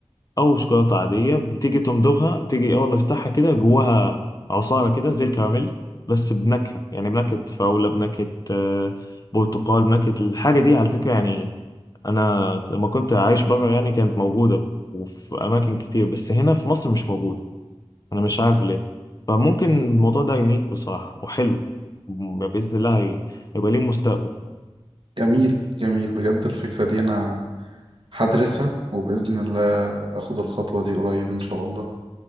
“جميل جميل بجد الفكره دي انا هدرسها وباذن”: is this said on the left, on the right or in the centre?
Right